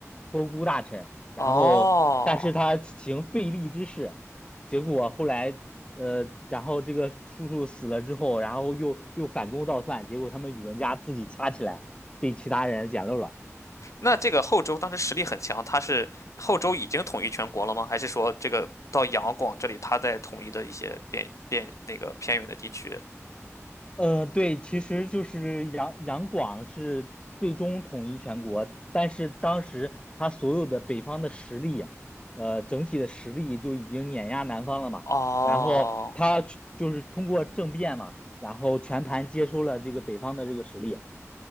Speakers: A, on the left; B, on the left.
A: 托孤大臣，然后但是他行废立之事，
B: 哦，
A: 结果后来呃然后这个叔叔死了之后，然后又又反攻倒算，结果他们宇文家自己掐起来，被其他人捡漏了。
B: 那这个后周当时实力很强，他是后周已经统一全国了吗？还是说这个到杨广这里，他在统一的一些边边那个偏远的地区？
A: 呃，对，其实就是杨杨广是最终统一全国，但是当时他所有的北方的实力，呃，整体的实力就已经碾压南方了嘛。
B: 哦，
A: 然后他去就是通过政变嘛，然后全盘接收了这个北方的这个实力。